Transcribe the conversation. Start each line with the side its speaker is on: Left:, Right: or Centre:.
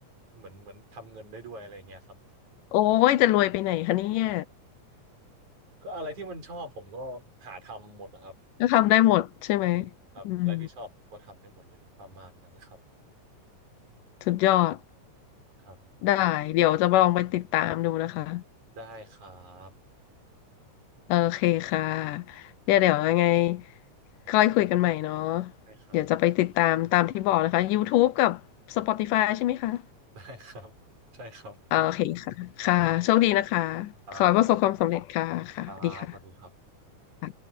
Right: เหมือนเหมือนทำเงินได้ด้วยอะไรเงี้ยครับ
Left: โอ้ยจะรวยไปไหนคะเนี่ย
Right: ก็อะไรที่มันชอบผมก็หาทำหมดนะครับ
Left: ก็ทำได้หมดใช่ไหม
Right: ครับอะไรที่ชอบผมก็ทำได้หมดเลยประมาณนั้นครับ
Left: อืมสุดยอด
Right: ครับ
Left: ได้เดี๋ยวจะลองไปติดตามดูนะคะ
Right: ได้ครับ
Left: โอเคค่ะเดี๋ยวเดี๋ยวยังไงค่อยคุยกันใหม่เนาะ
Right: ได้ครับ
Left: เดี๋ยวจะไปติดตามตามที่บอกนะคะ YouTube กับ Spotify ใช่ไหมคะ
Right: <laughs> ได้ครับใช่ครับ
Left: โอเคค่ะค่ะโชคดีนะคะ
Right: ครับครับ
Left: ขอให้ประสบความสำเร็จค่ะค่ะดีค่
Right: ครับสวัสดีครับ
Left: ะ